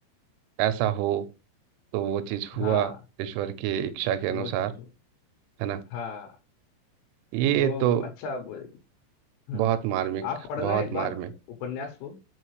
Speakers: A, on the right (about 85°); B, on the left (about 80°).
A: ऐसा हो तो वो चीज हुआ
B: हाँ
A: ईश्वर के इच्छा के अनुसार
B: वो चीज वो-
A: है ना
B: हाँ
A: ये
B: वो
A: तो
B: अच्छा वो, हम्म
A: बहुत मार्मिक
B: आप पढ़ना
A: बहुत
B: एक बार
A: मार्मिक
B: उपन्यास को